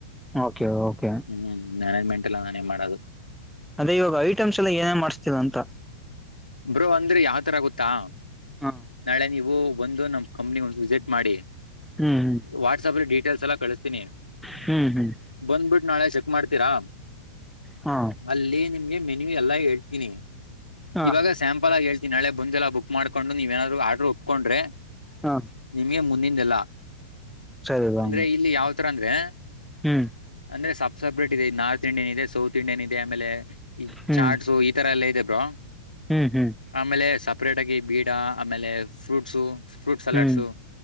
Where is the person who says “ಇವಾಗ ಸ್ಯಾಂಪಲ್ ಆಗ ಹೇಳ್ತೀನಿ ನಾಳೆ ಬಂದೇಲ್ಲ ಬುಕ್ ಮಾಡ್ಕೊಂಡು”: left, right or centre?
Left